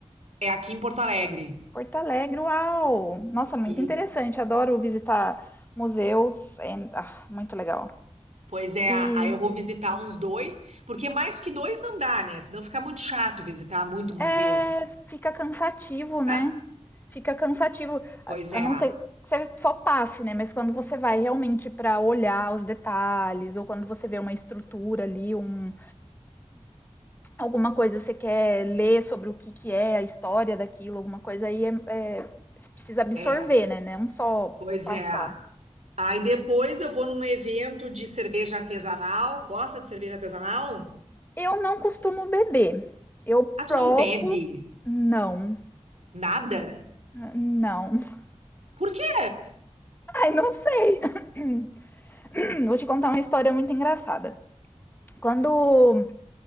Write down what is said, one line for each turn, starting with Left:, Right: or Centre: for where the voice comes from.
Right: é aqui em Porto Alegre.
Left: Porto Alegre, uau! Nossa, muito
Right: Isso.
Left: interessante. Adoro visitar museus. é, ah, muito legal.
Right: Pois é,
Left: E
Right: aí eu vou visitar uns dois, porque mais que dois não dá, né? Senão fica muito chato visitar muito museu
Left: É,
Right: assim,
Left: fica cansativo, né?
Right: tá?
Left: Fica cansativo,
Right: Pois
Left: a, a
Right: é,
Left: não ser que você só passe, né? Mas quando você vai realmente para olhar os detalhes, ou quando você vê uma estrutura ali, um, alguma coisa você quer ler sobre o que, que é a história daquilo, alguma coisa aí, é, é, você precisa absorver,
Right: é,
Left: né? Não só
Right: pois
Left: passar.
Right: é. Aí depois eu vou num evento de cerveja artesanal. Gosta de cerveja artesanal?
Left: Eu não costumo beber. Eu
Right: Ah, tu
Left: provo.
Right: não bebe
Left: Não,
Right: nada?
Left: não. <laughs>
Right: Por quê?
Left: Ai, não sei. <clears throat> Vou te contar uma história muito engraçada. Quando